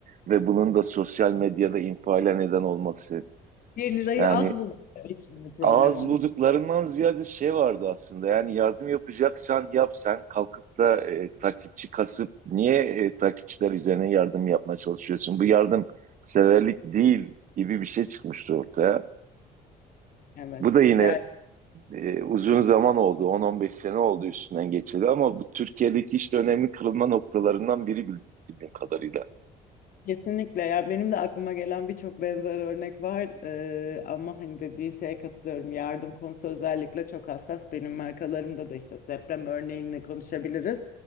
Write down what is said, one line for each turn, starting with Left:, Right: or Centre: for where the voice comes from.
Right: ve bunun da sosyal medyada infiale neden olması.
Left: Bir lirayı
Right: Yani
Left: az bulduğum için bir problem
Right: ağız
Left: olmuş.
Right: bulduklarından ziyade şey vardı aslında. Yani yardım yapacaksan yap sen kalkıp da e, takipçi kasıp niye e, takipçiler üzerine yardım yapmaya çalışıyorsun? Bu yardım severlik değil gibi bir şey çıkmıştı ortaya.
Left: Evet.
Right: Bu da yine
Left: Yani
Right: e, uzun zaman oldu. 10-15 sene oldu üstünden geçeli ama bu Türkiye'deki işte önemli kırılma noktalarından biri bildi- bildiğim kadarıyla.
Left: Kesinlikle ya benim de aklıma gelen birçok benzer örnek var Ee, ama hani dediğin şeye katılıyorum yardım konusu özellikle çok hassas benim markalarımda da işte deprem örneğini konuşabiliriz